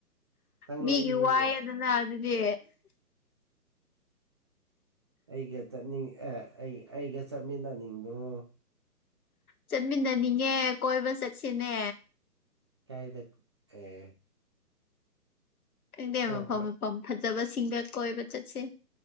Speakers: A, on the right; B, on the left.
A: ꯅꯪ
B: ꯃꯤꯒꯤ
A: ꯂꯩꯕꯤꯌꯣ
B: ꯋꯥꯏꯑꯗꯅ ꯑꯗꯨꯗꯤ
A: ꯑꯩꯒ ꯆꯠꯅꯤꯡ ꯑꯦ ꯑꯩ ꯑꯩꯒ ꯆꯠꯃꯤꯟꯅꯅꯤꯡꯕ꯭ꯔꯣ
B: ꯆꯠꯃꯤꯟꯅꯅꯤꯡꯉꯦ ꯀꯣꯏꯕ ꯆꯠꯁꯤꯅꯦ
A: ꯀꯗ ꯑ
B: ꯈꯪꯗꯦ
A: ꯍꯣꯏ
B: ꯃꯐꯝ
A: ꯍꯣꯏ
B: ꯃꯐꯝ ꯐꯖꯕꯁꯤꯡꯒ ꯀꯣꯏꯕ ꯆꯠꯁꯦ